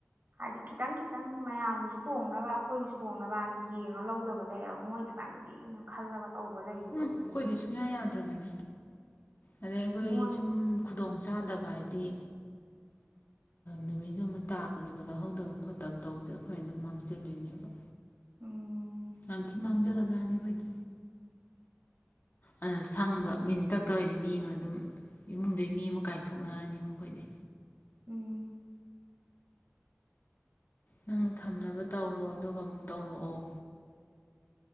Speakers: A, on the right (about 45°); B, on the left (about 50°).
A: ꯍꯥꯏꯗꯤ ꯈꯤꯇꯪ ꯈꯤꯇꯪ ꯃꯌꯥꯝꯒꯤꯁꯨ ꯇꯣꯡꯅꯕ ꯑꯩꯈꯣꯏꯒꯤꯁꯨ ꯇꯣꯡꯅꯕ ꯍꯥꯏꯅ ꯌꯦꯡꯉ ꯂꯧꯗꯕ ꯂꯩꯌꯦꯕ ꯃꯣꯏ ꯈꯈꯤꯇꯪꯒꯤꯅ ꯈꯜꯂꯒ ꯇꯧꯕ ꯂꯩꯕꯗꯣ
B: ꯎꯝ ꯑꯩꯈꯣꯏꯗꯤ
A: ꯑꯗꯨꯗꯨꯅꯁꯨ
B: ꯁꯨꯡꯌꯥ ꯌꯥꯗ꯭ꯔꯕꯅꯦ ꯑꯗꯩ ꯑꯩꯈꯣꯏꯒꯤ
A: ꯃꯣꯏ
B: ꯁꯨꯝ ꯈꯨꯗꯣꯡ ꯆꯥꯗꯕ ꯍꯥꯏꯗꯤ ꯅꯨꯃꯤꯠꯒꯨꯝꯕ ꯇꯥꯈꯤꯕ ꯂꯧꯍꯧꯗꯕ ꯈꯣꯠꯇꯕ ꯇꯧꯕꯁꯦ ꯑꯩꯈꯣꯏꯅ ꯑꯗꯨꯝ ꯃꯥꯡꯖꯗꯣꯏꯅꯦꯕ
A: ꯎꯝ
B: ꯑ ꯃꯥꯡꯖꯕ ꯖꯥꯠꯅꯤ ꯑꯩꯈꯣꯏꯗꯤ ꯑꯗꯨꯅ ꯁꯪꯕ ꯃꯤꯟꯇꯛꯇ ꯑꯣꯏꯔꯗꯤ ꯃꯤ ꯑꯃ ꯑꯗꯨꯝ ꯏꯃꯨꯡꯗꯨ ꯃꯤ ꯑꯃ ꯀꯥꯏꯊꯣꯛꯅꯔꯅꯦꯕ ꯑꯩꯈꯣꯏꯗꯤ
A: ꯎꯝ
B: ꯅꯪ ꯊꯝꯅꯕ ꯇꯧꯔꯣ ꯑꯗꯨꯒ ꯑꯃꯨꯛ ꯇꯧꯔꯛꯑꯣ